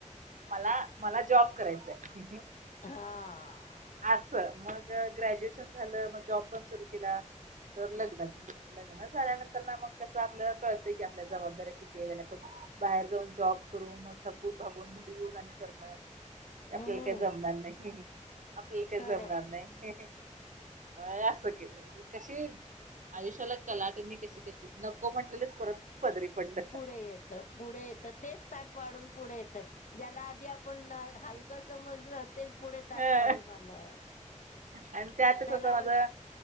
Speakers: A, on the right; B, on the left.
A: मला, मला जॉब करायचायं
B: हां
A: असं, मग ग्रॅज्युएशन झालं, मग जॉब पण सुरू केला. तोवर लग्न, लग्न झाल्यानंतरन आम्हाला कसं आपलं कळतंय की जबाबदाऱ्या किती गेल्यानंतर, बाहेर जाऊन जॉब करून थकून भागून येऊन आणि करणं,
B: हम्म
A: आपल्याला कायं जमणार नाही. आपल्याला काय
B: खरंय.
A: जमणार नाही म असं केलं कशी आयुष्याला कलाडणी कशी कशी नको म्हटलेलेच परत पदरी पडलं.
B: पुढे येत, पुढे येतं तेच ताट वाढून पुढे येतं ज्याला आधी आपण हलकं समजलं तेच पुढे ताट
A: ह
B: वाढून आलं
A: आणि त्यातच
B: त्याला
A: कसं आता
B: म्हण